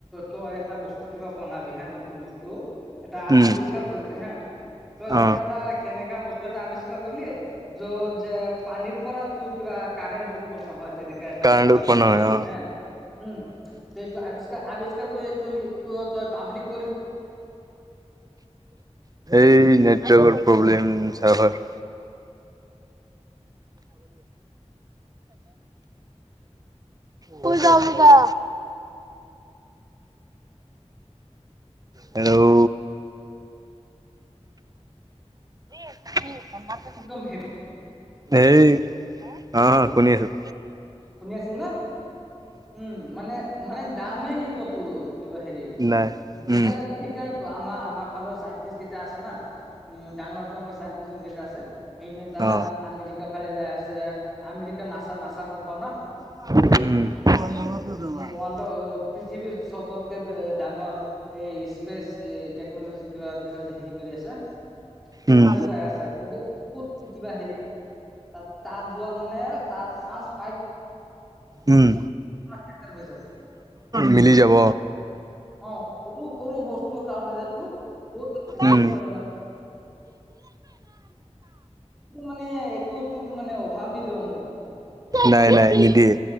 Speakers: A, in the centre; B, on the right.
A: তই এটা বস্তু কিবা বনাবি হে নতুন বস্তু। এটা
B: উম
A: আৱিষ্কাৰ কৰিবি হা তই
B: অ
A: ধৰ এটা কেনেকা বস্তু এটা আৱিষ্কাৰ কৰিলি। য'ত যে পানীৰ পৰা তোৰ কিবা কাৰেণ্ট উৎপন্ন হয় তেনেকে এটা
B: কাৰেণ্ট
A: বস্তু
B: উৎপন্ন
A: আৱিষ্কাৰ
B: হয়
A: কৰিবি
B: অ
A: হে। উম, এইটো আৱিষ্কাৰ আৱিষ্কাৰ কৰি তই ত পাব্লিক কৰিব।
B: এই নেটৱৰ্কৰ প্ৰব্লেম চাৰ্ভাৰ। <inaudible> পূজা, পূজা। হেল্ল'। কি?
A: একদম হে
B: এই অ', অ' শুনি আছোঁ।
A: শুনি আছিল ন উম, মানে মানে দামেই নিদিব তো। কিবা হেৰি
B: নাই
A: সেইকাৰণে,
B: উম
A: সেইকাৰণেতো আমাৰ আমাৰ ফালৰ চাইণ্টিষ্ট কেইটা আছে না। উম, ডাঙৰ, ডাঙৰ চান্তি যোনকেইটা আছে সেইটা
B: অ
A: আমেৰিকা ফালে যাই আছে। আমেৰিকান নাচা, নাচা কোম্পাউ না।
B: উম।
A: উম ৱৰ্ল্ডৰ পৃথিৱীৰ চবতকে ডাঙৰ। এই স্পেচ টেকনলজি কিবা বিষয়ে যে হেৰি কৰি আছা।
B: উম
A: তাতে যাই আছে বহুত বুত কিবা হেৰি। তাত, তাত যোৱাত মানে তাত চানঞ্চ।
B: উম,
A: পুৰা চেটেল হৈ যাব
B: মিলি যাব।
A: অ', সৰু, সৰু বস্তুৰ কাৰণে যে তোক বহুত
B: উম
A: কৰে মানে। মানে একো মানে। ভাৱ ন দিব মন।
B: নাই নাই নিদিয়ে